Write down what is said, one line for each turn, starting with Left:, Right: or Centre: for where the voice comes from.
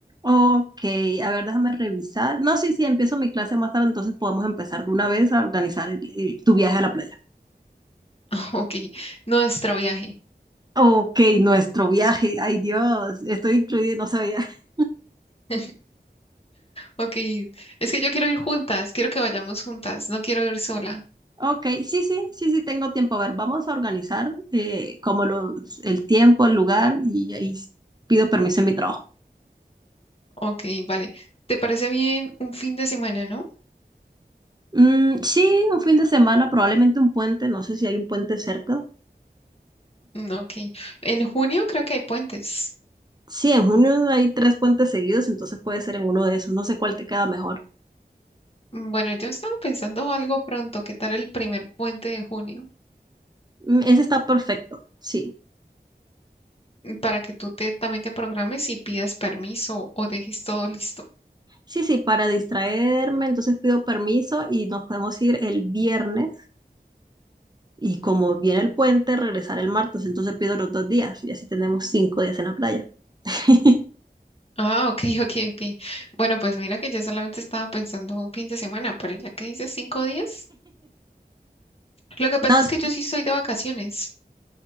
Right: Ok, a ver, déjame revisar. No, sí, sí, empiezo mi clase más tarde, entonces podemos empezar de una vez a organizar el- el- tu viaje a la playa.
Left: <laughs> Ok, nuestro viaje.
Right: Ok, nuestro viaje, ay Dios, estoy incluida, no sabía. <laughs>
Left: <laughs> Ok, es que yo quiero ir juntas, quiero que vayamos juntas, no quiero ir sola.
Right: Ok, sí, sí, sí, sí, tengo tiempo. A ver, vamos a organizar eh, como los, el tiempo, el lugar y ahí s- pido permiso en mi trabajo.
Left: Ok, vale. ¿Te parece bien un fin de semana, no?
Right: Mm, sí, un fin de semana, probablemente un puente, no sé si hay un puente cerca.
Left: Mm, Ok, en junio creo que hay puentes.
Right: Sí, en junio hay tres puentes seguidos, entonces puede ser en uno de esos, no sé cuál te queda mejor.
Left: Mm, Bueno, yo estaba pensando algo pronto, ¿qué tal el primer puente de junio?
Right: Mm, Ese está perfecto, sí.
Left: para que tú te, también te programes y pidas permiso o dejes todo listo.
Right: Sí, sí, para distraerme, entonces pido permiso y nos podemos ir el viernes. Y como viene el puente, regresar el martes, entonces pido los dos días y así tenemos cinco días en la playa. <laughs>
Left: Ah, ok, <laughs> ok, ok. Bueno, pues mira que yo solamente estaba pensando un fin de semana, pero ya que dices cinco días, lo que pasa
Right: No, s-
Left: es que yo sí estoy de vacaciones.